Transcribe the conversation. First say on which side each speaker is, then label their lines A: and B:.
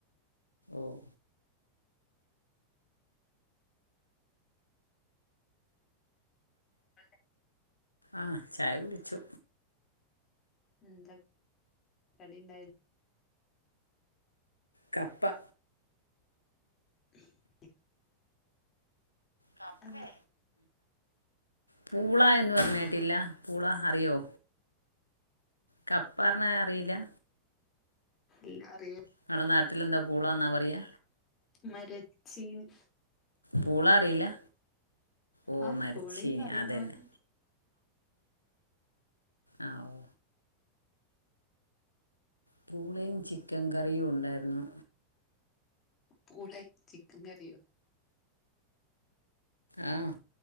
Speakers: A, on the left; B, on the left.
A: ഓഹ്
B: പണ്ടെ <unintelligible>
A: ആഹ് ചായ കുടിച്ചു
B: എന്താ കടി ഇണ്ടായത്
A: കപ്പ
B: <unintelligible>
A: കപ്പേ
B: എന്താ
A: പൂള എന്ന് പറഞ്ഞട്ടില്ലാ പൂള അറിയോ കപ്പ പറഞ്ഞാ അറിയിലാ
B: ഇല്ല അറിയും
A: ഇങ്ങളെ നാട്ടിലെന്താ പൂളാന്നാ പറയിയ
B: മരച്ചീനി
A: പൂള അറിയില്ലാ ഓ
B: ആഹ്
A: മരച്ചീനി
B: പൂളി പറയുന്ന
A: അതെന്നെ
B: പോലുണ്ട്
A: ആഹ് ഓ പൂളേം ചിക്കൻ കറിയും ഉണ്ടായിരുന്നു
B: പൂളേം ചിക്കൻ കറിയോ
A: ആഹ്